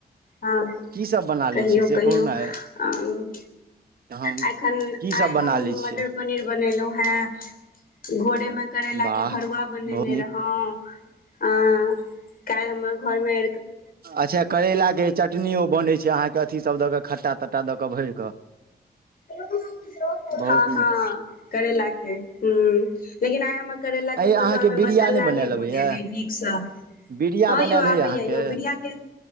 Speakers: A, on the left; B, on the right.
A: हँ
B: की सब बना लै
A: कहियौ
B: छियै से
A: कहियौ
B: कहू
A: ॲं
B: ने
A: उम।
B: हम
A: आ एखन
B: की
A: आइ
B: सब
A: हम
B: बना लै
A: मटर
B: छियै
A: पनीर बनेलहुँ हे भोरेमे करेला
B: वाह
A: के भरुआ बनेने
B: बहुत नीक
A: रहौ आ काइल हमर घर मे
B: अच्छा करैलाके चटनीयो बनै छै अहाँके अथीसभ दऽक खट्टा तट्टा दऽक भरि कऽ।
A: हँ
B: बहुत नीक
A: हँ करैला के ह्म। लेकिन आइ हमर करैलाके
B: अ
A: भरुआमे
B: अहाँके बिरिया
A: मसला नहि
B: बनायल
A: भुजलै
B: अबैए
A: नीकसँ।
B: बिरिया
A: हँ यौ
B: बनायल
A: आबैया
B: होइए अहाँके
A: यौ बड़िया के